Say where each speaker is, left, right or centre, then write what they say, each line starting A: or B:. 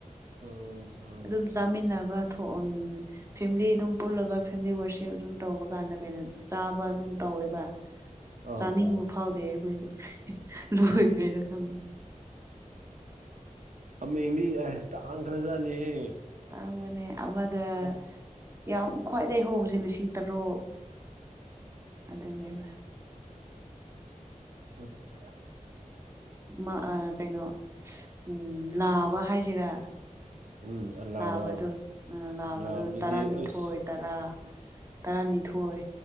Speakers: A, on the right; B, on the right.
A: ꯎꯝ ꯍꯣꯏ
B: ꯑꯗꯨꯝ ꯆꯥꯃꯤꯟꯅꯕ ꯊꯣꯟ ꯎꯝ ꯐꯦꯃꯤꯂꯤ ꯑꯗꯨꯝ ꯄꯨꯜꯂꯒ ꯐꯦꯃꯤꯂꯤ ꯋꯔꯁꯤꯞ ꯑꯗꯨꯝ ꯇꯧꯕ ꯀꯥꯟꯗ ꯀꯩꯅꯣ ꯆꯥꯕ ꯑꯗꯨꯝ ꯇꯧꯋꯦꯕ
A: ꯑꯧ
B: ꯆꯥꯅꯤꯡꯕ
A: ꯑꯧ
B: ꯐꯥꯎꯗꯦ ꯑꯩꯈꯣꯏꯗꯤ ꯂꯣꯏꯒ꯭ꯔꯤꯔ ꯈꯪꯗꯦ
A: ꯍꯥꯃꯦꯡꯗꯤ ꯑ ꯇꯥꯡꯈ꯭ꯔꯖꯥꯠꯅꯤꯍꯦ
B: ꯇꯥꯡꯕꯅꯦ ꯑꯃ ꯗ
A: ꯑꯁ
B: ꯌꯥꯝ ꯈ꯭ꯋꯥꯏꯗꯩ ꯍꯣꯡꯕꯁꯦ ꯂꯤꯁꯤꯡ ꯇꯔꯨꯛ ꯑꯗꯨꯅꯦꯕ
A: <inaudible> ꯑꯁ
B: ꯃꯥꯑ ꯀꯩꯅꯣ ꯎꯝ ꯂꯥꯕ ꯍꯥꯏꯁꯤꯔꯥ
A: ꯎꯝ ꯑꯂꯥꯕ
B: ꯂꯥꯕꯗꯣ ꯎꯝ ꯂꯥꯕꯗ
A: ꯂꯥꯕꯗꯨꯗꯤ
B: ꯇꯔꯥꯅꯤꯊꯣꯏ
A: ꯑꯁ
B: ꯇꯔꯥ ꯇꯔꯥꯅꯤꯊꯣꯏ